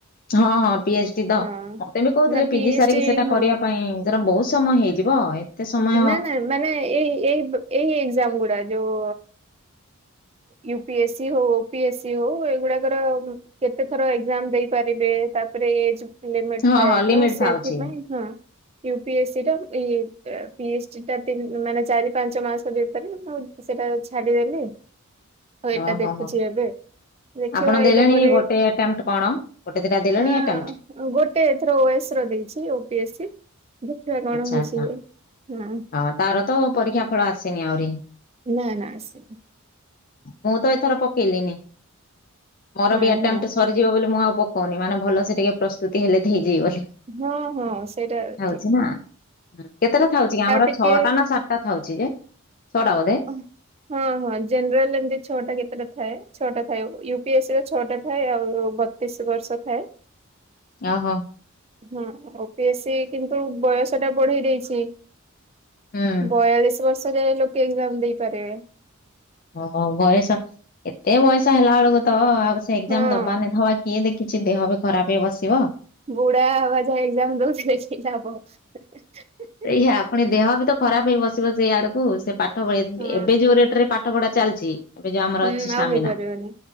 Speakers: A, on the left; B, on the right.
A: ହଁ, ହଁ ପି, ଏଚ, ଡି
B: ହଁ।
A: ତ ମତେ ବି କହୁଥିଲେ
B: ନା ପି
A: ପିଜି ସାରିକି
B: ଏଚ୍ ଡି
A: ସେଇଟା
B: ହଁ।
A: କରିବା ପାଇଁ ଏଥର ବହୁତ୍ ସମୟ ହେଇଯିବ। ସମୟ
B: ନା ନା ମାନେ ଏଇ ଏଇ ଏଇ ଏକ୍ଜାମ ଗୁଡା ଯୋଉ ୟୁ, ପି, ଏସି ହଉ ଓ, ପି, ଏସି ହଉ ଏଗୁଡାକର କେତେ ଥର ଏକ୍ଜାମ୍ ଦେଇପାରିବେ ତାପରେ ଏଜ ଲିମିଟ୍
A: ହଁ
B: ଥାଏ
A: ହଁ ଲିମିଟ
B: ତ ସେଥିପାଇଁ
A: ଥାଉଛି
B: ହଁ ୟୁ, ପି, ଏସି, ଟା ଇ ପିଏ, ଚି, ଡି ଟା ମାନେ ଚାରି ପାଞ୍ଚ ମାସ ଭିତରେ ମୁଁ ସେଟା ଛାଡିଦେଲି। ଆଉ ଏଇଟା
A: ଓ
B: ଦେଖୁଛି
A: ହୋ ହୋ
B: ଏବେ। ଦେଖିବା
A: ଆପଣ ଦେଲେଣି
B: ଏଇଟା ପରେ
A: ଗୋଟେ ଆଣ୍ଟେମଟା କଣ ଗୋଟେ ଦିଟା ଦେଲେଣି
B: ହଁ
A: ଆଟେମ୍
B: ଗୋଟେ ଏଥର ଓ ଏସ ର ଦେଇଛି ଓ ପି ଏସ୍ ସି ଦେଖିବା କଣ
A: ଆଚ୍ଛା
B: ହଉଛି
A: ଆଚ୍ଛା
B: ଇଏ। ହୁଁ।
A: ହଁ, ତାର ତ ପରୀକ୍ଷା ଫଳ ଆସିନି ଆହୁରି।
B: ନା ନା ଆସିନି।
A: ମୁଁ ତ ଏଥର ପକେଇଲିିନି ମୋର
B: ହଁ
A: ବି ଆଣ୍ଟେ
B: ହଁ
A: ବୁଝିବ ବୋଲି ମୁଁ ଆଉ ପକଉନି ମାନେ ଭଲ ସେ ଟିକେ ପ୍ରସ୍ତୁତି ହେଲେ ହେଇଯିବ ବୋଲି।
B: ହଁ, ହଁ, ସେଇଟା ଠିକ୍।
A: ଅଛିନା କେତେଟା ଥାଉଛି ଆମର
B: ଟିକେ
A: ଛଅଟା ନା ସାତଟା ଥାଉଛି ଯେ ଛଅଟା ବୋଧେ?
B: ହୁଁ। ହଁ, ହଁ ଜେନେରାଲ ଏମିତି ଛଅଟା କେତେଟା ଥାଏ ଛଅଟା ଥାଏ ୟୁ ପି ଏସ୍ ରେ ଛଅଟା ଥାଏ ଆଉ ଯୋ ବତିଶ ବର୍ଷ ଥାଏ।
A: ଓହୋ।
B: ହଁ, ଓ ପି ଏସ୍ ସି କିନ୍ତୁ ବୟସ ଟା ବଢେଇ ଦେଇଛି।
A: ହୁଁ।
B: ବୟାଳିଶ ବର୍ଷ ଯାଏ ଲୋକେ ଏକ୍ଜାମ୍ ଦେଇପାରିବେ।
A: ହଁ ବୟସ ଏତେ ବୟସ ହେଲା ବେଳକୁ ତ ଆଉ ଏକ୍ଜାମ୍
B: ହଁ
A: ଦବାନ ଦବା କିଏ ଦେଖିଛି ଦେହ ବି ଖରାପ ହେଇ ବସିବ।
B: ବୁଢା ହବା ଯାଏ ଏକ୍ଜାମ୍ ଦଉଥିଲେ <unintelligible>
A: ସେଇଆ ପୁଣି ଦେହ ବି ତ ଖରାପ ହେଇ ବସିବ ସେଇ ଆଡକୁ ସେ ପାଠ ପଢେଇ
B: ହଁ
A: ଏବେ ଯୋଉ ରେଟ ରେ ପା ପାଠ ପଢା ଚାଲିଛି ଏବେ ଯୋଉ ଆମର
B: ହୁଁ
A: ଅଛି ଷ୍ଟାମିନା
B: ଆଉ ହେଇପାରିବନି